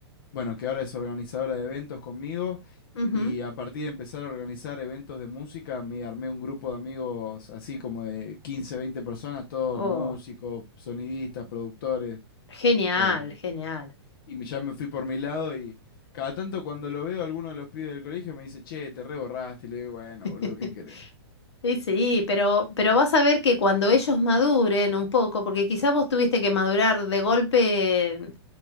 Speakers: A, on the left; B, on the left.
A: bueno, que ahora es organizadora de eventos conmigo
B: Ujú.
A: y a partir de empezar a organizar eventos de música me armé un grupo de amigos así como de 15 20 personas, todos
B: Oh,
A: músicos, sonidistas, productores
B: genial,
A: em,
B: genial.
A: y me- ya me fui por mi lado y cada tanto cuando lo veo alguno de los pibes del colegio me dice, "Che, te reborraste." Y le digo, "Bueno,
B: <laughs>
A: boludo, ¿qué querés?"
B: Sí, sí, pero, pero vas a ver que cuando ellos maduren un poco, porque quizás vos tuviste que madurar de golpe,